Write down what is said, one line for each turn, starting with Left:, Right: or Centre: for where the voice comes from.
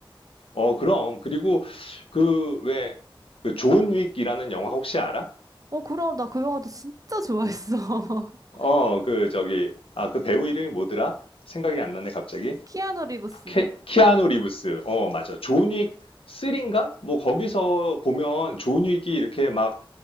Left: 어, 그럼. 그리고 그 왜, 그 존 윅이라는 영화 혹시 알아?
Right: 어, 그럼 나 그 영화도 진짜 좋아했어. <laughs>
Left: 어, 그 저기, 아, 그 배우 이름이 뭐더라? 생각이 안 나네, 갑자기.
Right: 키아누 리브스.
Left: 케- 키아누 리브스. 어, 맞아. 존 윅 3인가? 뭐 거기서 보면 존 윅이 이렇게 막